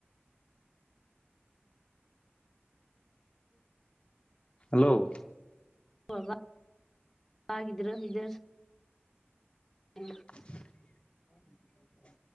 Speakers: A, on the left; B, in the centre.
A: ᱦᱮᱞᱳ
B: ᱵᱟᱵᱟ ᱵᱟ ᱜᱤᱫᱽᱨᱟᱹ ᱯᱤᱫᱟ. ᱨ ᱪᱮᱫ ᱦᱚᱸ ᱵᱟᱝ ᱟᱸᱡᱚᱢᱚᱜ ᱠᱟᱱᱟ
A: ᱪᱮᱫ ᱦᱚᱸ ᱵᱟᱝ ᱟᱸᱡᱚᱢᱚᱜ ᱠᱟᱱᱟ